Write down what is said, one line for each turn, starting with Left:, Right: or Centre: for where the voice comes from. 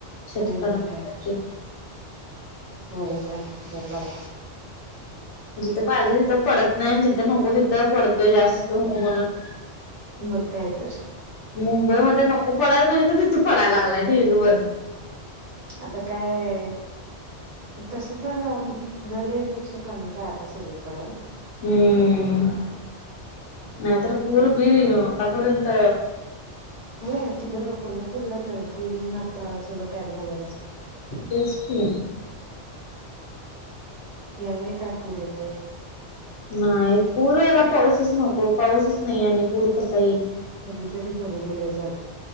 Left: शेतकऱ्यांसाठी.
Right: होय मग काय तर होय होय... बरं झालं.
Left: जिथं पाहिजे तिथं पडत नाई... अन जि नको तिथं पडतोय जास्त हो म्हणून
Right: मग काय तर
Left: मुंबईमध्ये नको पडायला पाहिजे... तर तिथे पडायला लागलाय ढीगभर.
Right: आता काय तसं तर... दरवेळीपेक्षा कमीच आहे... आता सगळीकडं
Left: हम्म... नाहीतर... पूर-बीर आतापर्यंत
Right: व्हय... तिकडं कोल्हापूरला तर पूर येऊन आता सगळं पॅक झालेलं असतय.
Left: तेच की.
Right: यावेळी काय पूर येतोय?
Left: नाही... पूर यायला पाऊसच नको... पाऊसच नाई आणि पूर कसा येईल?
Right: नदी तरी भरू दे.. लई झालं.